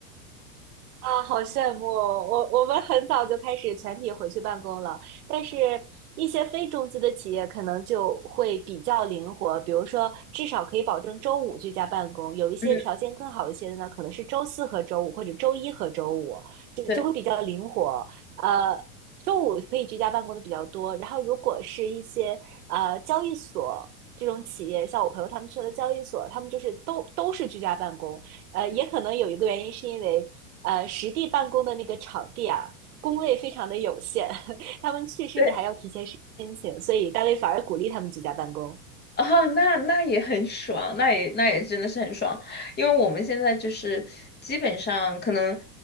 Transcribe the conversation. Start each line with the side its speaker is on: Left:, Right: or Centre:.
Right: 啊，好羡慕哦！我我们很早就开始全体回去办公了，但是一些非中资的企业可能就会比较灵活，比如说至少可以保证周五居家办公，有一些条件更好一些的呢，
Left: 嗯
Right: 可能是周四和周五或者周一和周五，就就会比较灵活。
Left: 对
Right: 呃，周五可以居家办公的比较多，然后如果是一些呃交易所这种企业，像我朋友他们去了交易所，他们就是都都是居家办公。呃，也可能有一个原因是因为，呃，实地办公的那个场地啊，工位非常的有限，<laughs> 他们去甚至还要提前申请，
Left: 对，
Right: 所以单位反而鼓励他们居家办公。
Left: 啊，那那也很爽，那也那也真的是很爽，因为我们现在就是基本上可能，